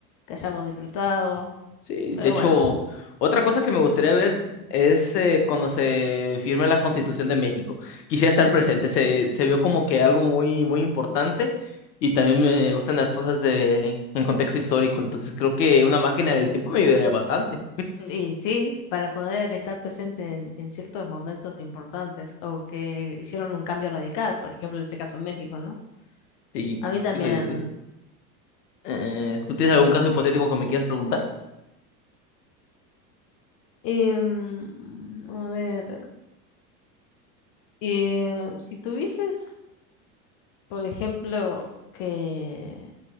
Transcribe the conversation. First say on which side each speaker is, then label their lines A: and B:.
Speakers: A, on the left; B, on the left.
A: que hayamos disfrutado,
B: Sí,
A: pero
B: de hecho,
A: bueno.
B: otra cosa que me gustaría ver es eh, cuando se firme la Constitución de México. Quisiera estar presente, se, se vio como que algo muy, muy importante y también me gustan las cosas de, en contexto histórico, entonces creo que una máquina del tiempo me ayudaría bastante.
A: Y sí, para poder estar presente en, en ciertos momentos importantes o que hicieron un cambio radical, por ejemplo, en este caso en México, ¿no?
B: Sí,
A: A mí
B: ¿qué
A: también.
B: te iba a decir? Eh, ¿tú tienes algún caso hipotético que me quieras preguntar?
A: Em, a ver, eh, si tuvieses... Por ejemplo, que